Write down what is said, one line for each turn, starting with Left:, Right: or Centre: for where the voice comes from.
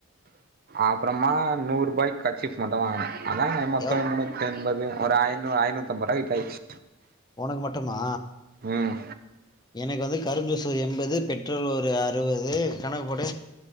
Right: அப்புறமா நூறு ரூபாய்க்கு கர்ச்சிஃப் மட்டும் வாங்னே அதா மொத்தோ
Left: எவள்
Right: முந்நூத் என்பது ஒரு ஐநூறு ஐநூத்திஅம்பது ருவாகிட்ட ஆயிருச்சு
Left: உனக்கு மட்டுமா
Right: ம்
Left: எனக்கு வந்து கரும்பு ஜூசுல என்பது பெட் ரோல் ஒரு அருவது கணக்குபோடு